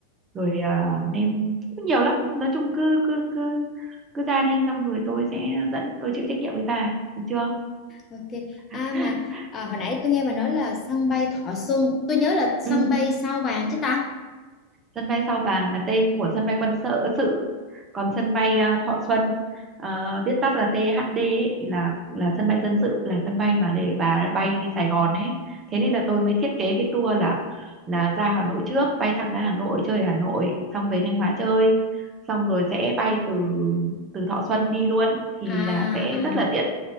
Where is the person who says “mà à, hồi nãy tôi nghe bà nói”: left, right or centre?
Left